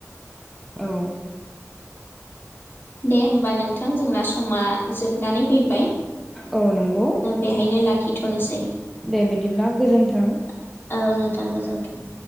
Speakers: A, in the centre; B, on the left.
A: औ!
B: दे होमबा नोंथां जोंना समा जोबनानै फैबाय।
A: औ नंगौ
B: बेहायनो लाखिथ'नोसै।
A: दे बिदिब्ला गोजोन्थों
B: औ नोंथां गोजोन्थों।